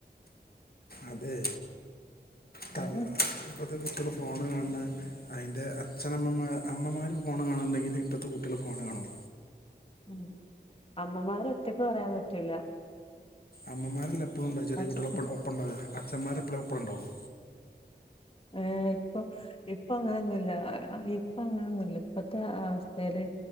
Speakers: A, on the left; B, on the left.
A: അതെ ത
B: ഏ
A: ഇപ്പോത്തെ കുട്ട്യാൾ ഫോണ് കാണണേ. അയ്ൻ്റെ അച്ഛനമ്മമാ അമ്മമാര് ഫോണ് കാണ്ണ്ണ്ടങ്കിൽ ഇപ്പത്തെ കുട്ട്യാൾ ഫോൺ കാണും.
B: ഉം അമ്മമാരൊറ്റക്ക് പറയാൻ പറ്റൂല.
A: അമ്മമാരെല്ലെ എപ്പളുണ്ടാ ചെറിയെ
B: അച്ഛ
A: കുട്ട്യാളെ ഒപ്പ ഒപ്പണ്ടാവ അച്ഛന്മാര് എപ്പളും ഒപ്പം ഇണ്ടാവോ?
B: ഏഹ് ഇപ്പൊ ഇപ്പൊ അങ്ങനൊന്നുല്ല അഹ്. ഇപ്പ അങ്ങനൊന്നുല്ല ഇപ്പത്തെ അവസ്ഥേല്.